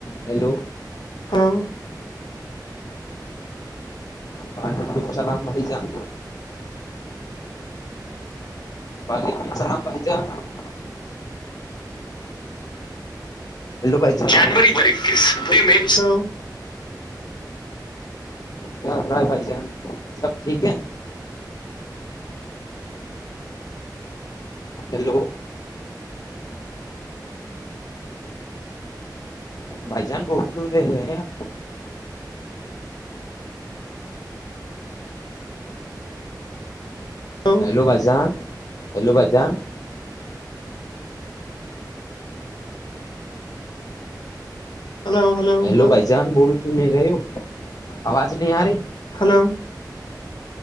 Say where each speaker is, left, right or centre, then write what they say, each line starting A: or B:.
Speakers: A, on the left; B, on the left.
A: Hello
B: ہاں
A: بع لب سلام بھائی جان بعالک من چلح ب ہجا <unintelligible> ہیلو بھائی جان
B: جانوری بار اکیس م سا <unintelligible>
A: کیارائے بھائی جان سب ٹھیک ہے ہیلو بھائی جان بول کیوں رہے ہیں آپ
B: ہلو ہلو
A: ہیلو بھ جان ہیلو بھ جان
B: ہلو ہلو
A: ہیلو
B: ہلو
A: بائی جان بول ت نہیں رہی آوج نہیں ہ آاری
B: ہلو